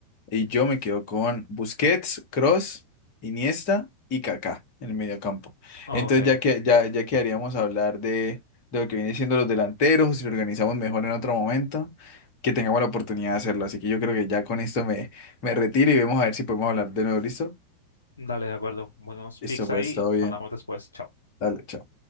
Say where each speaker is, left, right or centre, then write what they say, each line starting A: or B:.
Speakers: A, on the left (about 40°); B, on the left (about 75°).
A: Y yo me quedo con Busquets, Cross, Iniesta y Kaká en el mediocampo.
B: Ok,
A: Entonces ya que ya, ya quedaríamos a hablar de, de lo que viene siendo los delanteros, si lo organizamos mejor en otro momento, que tengamos la oportunidad de hacerlo. Así que yo creo que ya con esto me, me retiro y vemos a ver si podemos hablar de nuevo, ¿listo?
B: dale, de acuerdo. Buenos picks
A: Listo, pues,
B: ahí.
A: todo bien.
B: Hablamos después. Chao.
A: Dale, chao.